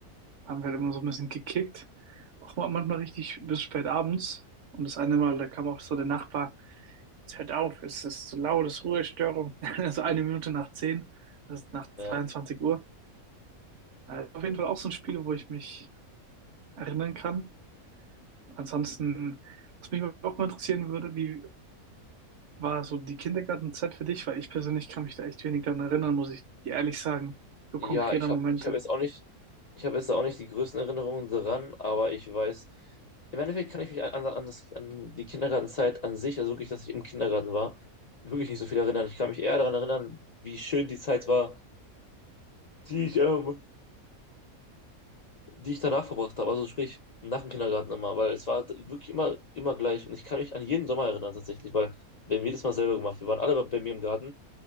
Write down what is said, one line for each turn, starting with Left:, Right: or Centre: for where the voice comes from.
Right: haben wir halt immer so ein bisschen gekickt. Auch mal- manchmal richtig bis spät abends. Und das eine Mal, da kam auch so der Nachbar, jetzt hört auf, es ist zu laut, es ist Ruhestörung. <laughs> Also eine Minute nach zehn das ist nach 22
Left: Ja,
Right: Uhr. Also auf jeden Fall auch so ein Spiel, wo ich mich erinnern kann. Ansonsten, was mich auch mal interessieren würde, wie war so die Kindergartenzeit für dich? Weil ich persönlich kann mich da echt wenig dran erinnern, muss ich dir ehrlich sagen. So
Left: ja
Right: konkreter
Left: ich habe
Right: Momente.
Left: ich hab jetzt auch nicht, ich habe jetzt auch nicht die größten Erinnerungen daran, aber ich weiß, im Endeffekt kann ich mich an, an, an, das, an die Kindergartenzeit an sich, also wirklich, dass ich im Kindergarten war, wirklich nicht so viel erinnern. Ich kann mich eher daran erinnern, wie schön die Zeit war, die ich, ähm, die ich danach verbracht habe, also sprich nach dem Kindergarten immer, weil es war wirklich immer, immer gleich und ich kann mich an jeden Sommer erinnern tatsächlich, weil wir haben jedes Mal selber gemacht. Wir waren alle bei, bei mir im Garten